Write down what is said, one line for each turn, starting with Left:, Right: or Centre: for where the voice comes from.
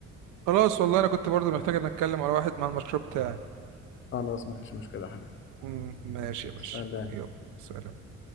Right: خلاص والله انا كنت برضو محتاج ان اتكلم على واحد مع المشروع بتاعي
Left: خلاص مفيش مشكلة يا حبيبي
Right: مم، ماشي يا باشا
Left: سلام
Right: يلا سلام